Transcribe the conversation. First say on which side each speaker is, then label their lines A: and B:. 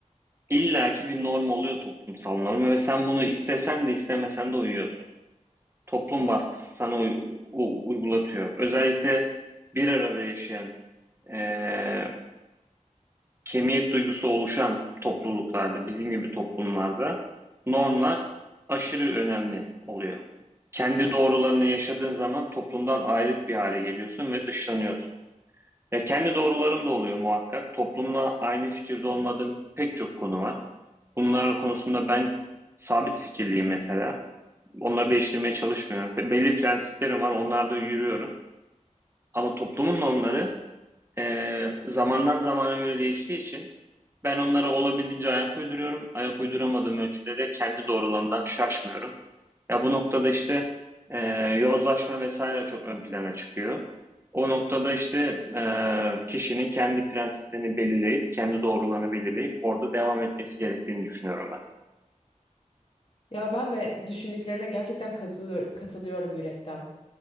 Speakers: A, on the right; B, on the left.
A: İlla ki bir norm oluyor toplumsal norm ve sen bunu istesen de istemesen de uyuyorsun. Toplum baskısı sana uy- u- uygulatıyor. Özellikle bir arada yaşayan eee, Kemiyet duygusu oluşan topluluklarda, bizim gibi toplumlarda normlar aşırı önemli oluyor. Kendi doğrularını yaşadığın zaman toplumdan ayrık bir hale geliyorsun ve dışlanıyorsun. Ya kendi doğrularım da oluyor muhakkak. Toplumla aynı fikirde olmadığım pek çok konu var. Bunlar konusunda ben sabit fikirliyim mesela. Onları değiştirmeye çalışmıyorum. Be- Belli prensiplerim var, onlarda yürüyorum. Ama toplumun normları ee, zamandan zamana göre değiştiği için ben onlara olabildiğince ayak uyduruyorum. Ayak uyduramadığım ölçüde de kendi doğrulamdan şaşmıyorum. Ya bu noktada işte e, yozlaşma vesaire çok ön plana çıkıyor. O noktada işte e, kişinin kendi prensiplerini belirleyip, kendi doğrularını belirleyip orada devam etmesi gerektiğini düşünüyorum ben.
B: Ya ben de düşündüklerine gerçekten katılıyor- katılıyorum yürekten.